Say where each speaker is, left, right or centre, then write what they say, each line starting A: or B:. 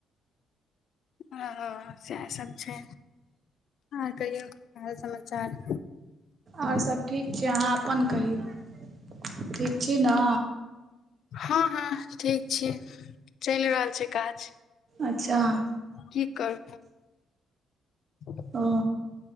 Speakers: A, on the left (about 65°); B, on the right (about 45°).
A: ए हँ सएहसभ छै आर कहियौ हाल-समाचार।
B: और सब ठीक छै अहाँ अपन कहियौ ठीक छी न?
A: हँ हँ ठीक छी चइल रहल छैय काज।
B: अच्छा।
A: की कर <unintelligible>
B: ओ